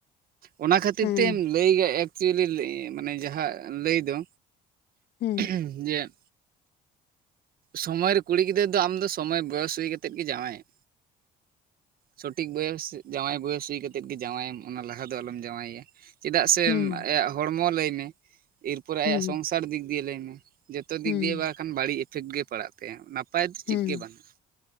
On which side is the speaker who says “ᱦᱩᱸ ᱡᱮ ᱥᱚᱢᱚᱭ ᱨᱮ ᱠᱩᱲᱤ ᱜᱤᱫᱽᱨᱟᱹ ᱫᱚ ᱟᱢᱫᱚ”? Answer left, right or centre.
Right